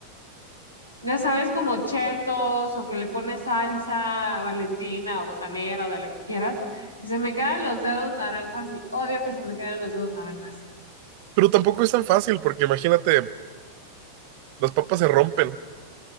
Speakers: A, on the left; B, on the right.
A: Ya sabes, como chetos o que le pones salsa valentina o botanera o de la que quieras. Y se me quedan los dedos naranjas y odio que se me queden los dedos naranjas.
B: pero tampoco es tan fácil porque imagínate, las papas se rompen,